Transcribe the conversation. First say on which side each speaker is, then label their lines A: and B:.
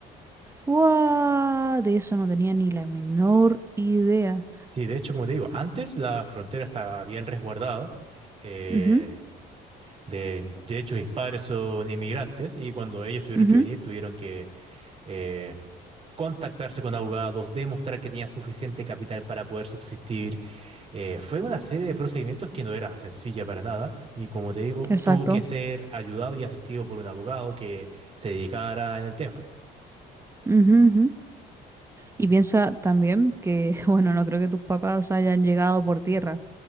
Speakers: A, on the right; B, on the right.
A: ¡Guau! De eso no tenía ni la menor idea.
B: Sí, de hecho, como te digo, antes la frontera estaba bien resguardada. eh,
A: Ujú,
B: De, de hecho, mis padres son inmigrantes y cuando ellos tuvieron
A: ujú,
B: que venir, tuvieron que eh, contactarse con abogados, demostrar que tenían suficiente capital para poder subsistir. Eh, fue una serie de procedimientos que no era sencilla para nada y como te digo,
A: Exacto.
B: tuvo que ser ayudado y asistido por un abogado que se dedicara en el tema.
A: Ujú, ujú. Y piensa también que, <laughs> bueno, no creo que tus papás hayan llegado por tierra,